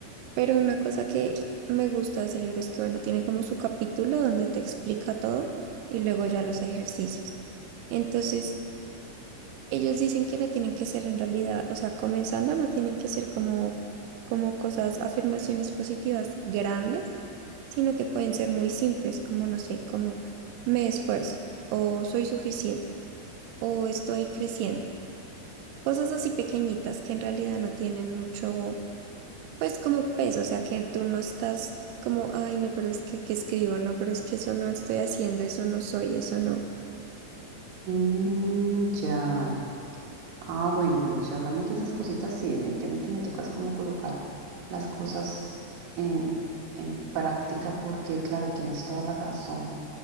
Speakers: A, on the right; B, on the right.
A: Pero una cosa que me gusta de ese libro es que, bueno, tiene como su capítulo donde te explica todo y luego ya los ejercicios. Entonces, ellos dicen que no tienen que ser en realidad, o sea, comenzando no tienen que ser como, como cosas, afirmaciones positivas grandes, sino que pueden ser muy simples, como, no sé, como me esfuerzo o soy suficiente o estoy creciendo. Cosas así pequeñitas que en realidad no tienen mucho pues como peso, o sea, que tú no estás como, ay, no, pero es que, que escribo, no, pero es que eso no estoy haciendo, eso no soy, eso no.
B: Mm,
A: Mm.
B: ya. Ah, bueno, bueno, si hablamos de esas cositas, sí, definitivamente me tocas como colocar las cosas en, en práctica porque, claro, tienes toda la razón.